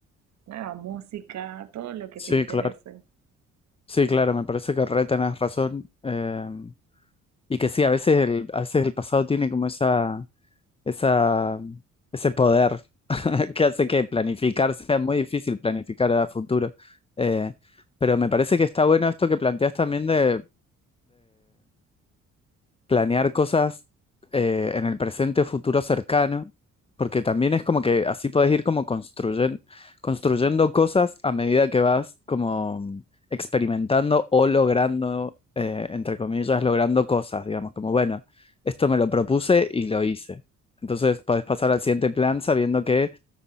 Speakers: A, on the right; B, on the left.
A: nueva música, todo lo que
B: Sí,
A: te interese.
B: claro. Sí, claro, me parece que re tenés razón. em, y que sí, a veces el, a veces el pasado tiene como esa esa, ese poder <laughs> que hace que planificar sea muy difícil planificar a futuro. Eh, pero me parece que está bueno esto que planteas también de, planear cosas eh, en el presente o futuro cercano, porque también es como que así podés ir como construyen- construyendo cosas a medida que vas como experimentando o logrando, eh, entre comillas, logrando cosas, digamos, como bueno, esto me lo propuse y lo hice. Entonces podés pasar al siguiente plan sabiendo que,